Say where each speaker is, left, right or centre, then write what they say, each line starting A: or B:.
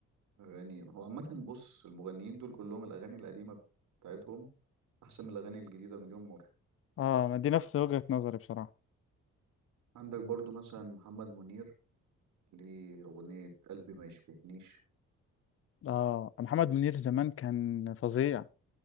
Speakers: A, on the right; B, on the left.
A: اغاني هو عامه بص المغنيين دول كلهم الاغاني القديمه بتاعتهم احسن من الاغاني الجديده مليون مره
B: اه ما دي نفس وجهة نظري بصراحة
A: عندك برضو مثلا محمد منير ليه اغنيه قلبي ما يشبهنيش
B: اه محمد منير زمان كان فظيع